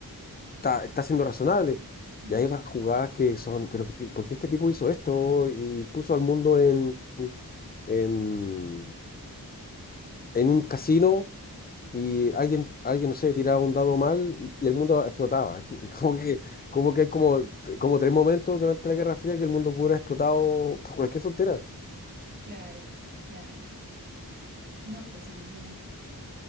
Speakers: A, on the left (about 25°); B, on the right (about 25°).
A: está, está siendo razonable.
B: Mm,
A: Y hay otras jugadas que son, pero ¿qué- ¿por qué este tipo hizo esto? Y puso al mundo en, en, en un casino y alguien, alguien, no sé, tiraba un dado mal y, y el mundo explotaba. <laughs> Como que, como que hay como, como tres momentos durante la Guerra Fría que el mundo hubiera explotado por cualquier tontera.
B: claro, claro. No, pues imagínate.